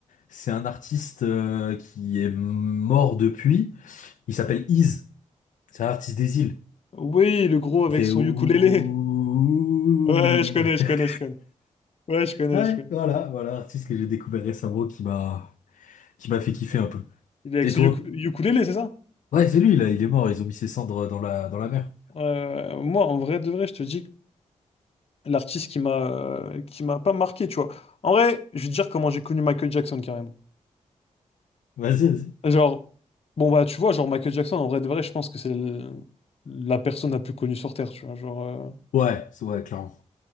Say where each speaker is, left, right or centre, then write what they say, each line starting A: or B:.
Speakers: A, on the left (about 85°); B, on the left (about 50°).
A: C'est un artiste euh, qui est mort depuis. Il s'appelle Ease. C'est un artiste des îles.
B: Oui, le gros avec
A: Il fait
B: son
A: ouh.
B: ukulélé. <laughs> Ouais, je connais,
A: <laughs>
B: je connais, je connais. Ouais, je connais,
A: Ouais,
B: je connais.
A: voilà, voilà, l'artiste que j'ai découvert récemment qui m'a qui m'a fait kiffer un peu.
B: Il est avec
A: Et
B: son
A: toi?
B: uku- ukulélé, c'est ça?
A: Ouais, c'est lui là, il est mort, ils ont mis ses cendres dans la dans la mer.
B: Euh, moi, en vrai, de vrai, je te dis que l'artiste qui m'a euh, qui m'a pas marqué, tu vois. En vrai, je vais te dire comment j'ai connu Michael Jackson carrément.
A: Vas-y, vas-y.
B: Genre, bon bah tu vois, genre Michael Jackson, en vrai, de vrai, je pense que c'est le- la personne la plus connue sur Terre, tu vois. Genre, euh,
A: Ouais, c'est ouais, clairement.